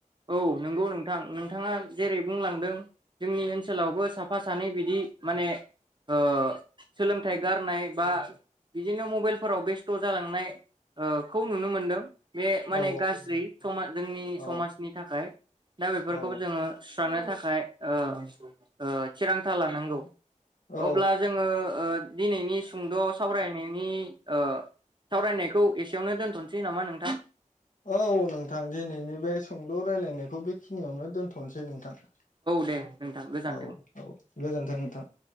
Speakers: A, on the right; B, on the left.
A: औ नंगौ नोंथां नोंथाङा जेरै बुंलांदों जोंनि ओनसोलावबो साफा सानै बिदि माने ओ सोलोंथाइ गारनाय बा बिदिनो मबाइलफोराव बेस्थ' जालांनाय ओ खौ नुनो मोनदों। बे माने
B: औ
A: गाज्रि समाज जोंनि
B: औ
A: समाज नि थाखाय दा बेफोरखौ
B: औ
A: जोङो सुस्रानो थाखाय ओ ओ थिरांथा लानांगौ।
B: औ
A: अब्ला जोङो ओ दिनैनि सुंद' सावरायनायनि ओ सावरायनायखौ एसेयावनो दोनथ'सै नामा नोंथां?
B: औ नोंथां दिनैनि बे सुंद' रायलायनायखौ बेखिनियावनो दोनथ'नोसै नोंथां। औ
A: दे नोंथां गोजोन्थों
B: औ गोजोनथों नोंथां।